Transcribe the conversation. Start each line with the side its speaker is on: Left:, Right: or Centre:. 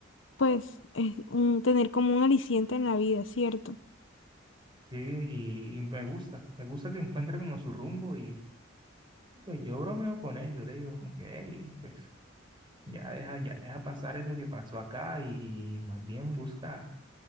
Left: pues, es un, tener como un aliciente en la vida, ¿cierto?
Right: Sí, y, y me gusta, me gusta que encuentre como su rumbo y pues yo bromeo con él, yo le digo como que, hey, pues Ya deja, ya deja pasar eso que pasó acá y, y más bien busca,